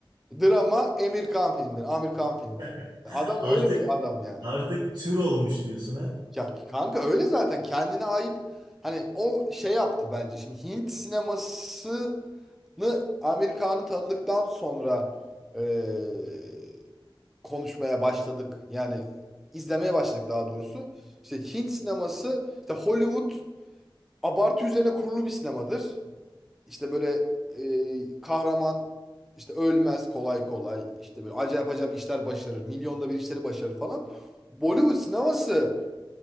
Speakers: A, in the centre; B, on the right.
A: drama, Emir Kağan filmleri, Amir Kağan filmleri.
B: <laughs>
A: Adam
B: Artık
A: öyle bir adam yani.
B: artık tür olmuş diyorsun ha.
A: Ya kanka öyle zaten kendine ait hani o şey yaptı bence. Şimdi Hint sineması Amerikan'ı tanıdıktan sonra eee, konuşmaya başladık. Yani izlemeye başladık daha doğrusu. İşte Hint sineması, işte Hollywood abartı üzerine kurulu bir sinemadır. İşte böyle eee, kahraman işte ölmez kolay kolay. İşte böyle acayip acayip işler başarır. Milyonda bir işleri başarır falan. Bollywood sineması